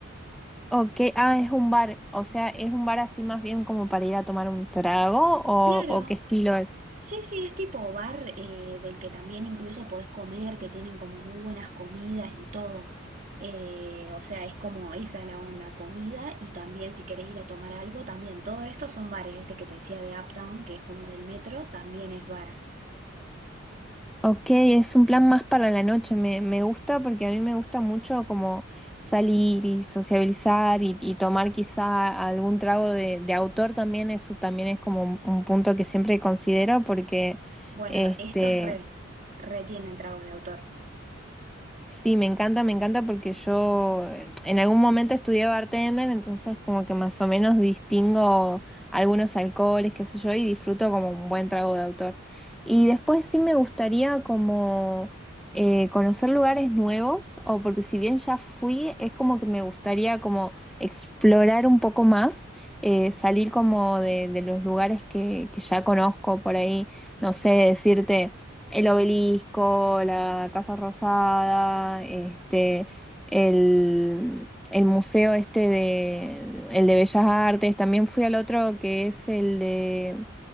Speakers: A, in the centre; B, on the right.
A: Ok, ah, es un bar, o sea, es un bar así más bien como para ir a tomar un trago o,
B: Claro,
A: o qué estilo es.
B: Sí, sí, es tipo bar eh, del que también incluso podés comer, que tienen como muy buenas comidas y todo. Eh, o sea, es como esa la onda, comida y también si querés ir a tomar algo, también todo esto son bares, este que te decía de Uptown, que es como del metro, también es bar.
A: Ok, es un plan más para la noche, me, me gusta porque a mí me gusta mucho como salir y sociabilizar y, y tomar quizá algún trago de, de autor también, eso también es como un, un punto que siempre considero porque
B: Bueno,
A: este,
B: estos re, re tienen tragos de autor.
A: Sí, me encanta, me encanta porque yo eh, en algún momento estudié bartender, entonces como que más o menos distingo algunos alcoholes, qué sé yo, y disfruto como un buen trago de autor. Y después sí me gustaría como eh, conocer lugares nuevos, o porque si bien ya fui, es como que me gustaría como explorar un poco más, eh, salir como de, de los lugares que, que ya conozco por ahí, no sé, decirte... El obelisco, la Casa Rosada, este, el, el museo este de, el de Bellas Artes. También fui al otro que es el de